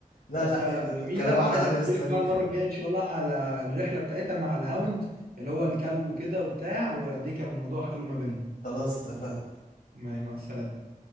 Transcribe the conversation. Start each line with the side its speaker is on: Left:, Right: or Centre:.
Left: لا
Right: بس
Left: لا
Right: لا لا
Left: الكلام
Right: جميله
Left: على
Right: وعايز
Left: اريا
Right: احكي
Left: ستارك
Right: لك بقى المره الجايه ان شاء الله على الرحله بتاعتها مع الهاوند اللي هو الكلب وكده وبتاع وقد ايه كان الموضوع حلو ما بينهم
Left: خلاص اتفقنا
Right: مع مع السلامه